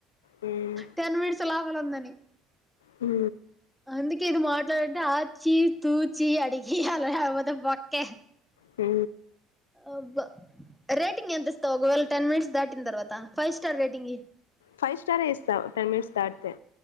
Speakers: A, on the left; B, in the centre.
A: ఉమ్
B: టెన్ మినిట్స్ లోపల ఉందని
A: హు
B: అందుకే ఏదో మాట్లాడంటే ఆ చీ తూ చీ అడిగేయాలా లేకపోతే బొక్కే
A: హూ
B: అబ్బా రేటింగ్ ఎంత ఇస్తావు ఒకవేళ టెన్ మినిట్స్ దాట్ తర్వాత five star rating
A: five star ఇస్తా టెన్ మినిట్స్ దాటితే